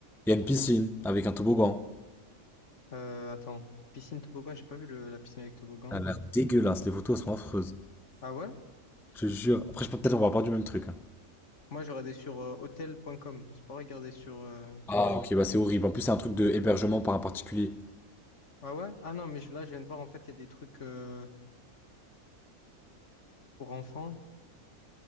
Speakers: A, in the centre; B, on the left.
A: Il y a une piscine avec un toboggan.
B: Euh, attends, piscine toboggan, j'ai pas vu le- la piscine avec toboggan.
A: Elle a l'air dégueulasse, les photos elles sont affreuses.
B: Ah ouais?
A: Je te jure. Après, je peux- peut-être on va pas du même truc. hein.
B: Moi, j'ai regardé sur euh, hotel.com. J'ai pas regardé sur... euh,
A: Ah, ok, bah c'est horrible. En plus, c'est un truc de hébergement par un particulier.
B: Ah ouais? Ah non, mais je- là, je viens de voir, en fait, il y a des trucs euh, pour enfants.